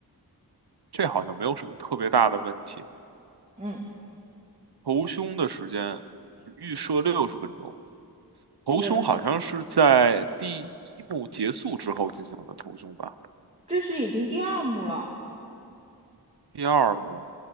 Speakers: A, on the right (about 75°); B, on the right (about 15°).
A: 这好像没有什么特别大的问题。
B: 嗯，
A: 头胸的时间预设六十分钟，头胸好像是在第一幕结束之后进行的头胸吧？
B: 对，这是已经第二幕了，
A: 第二幕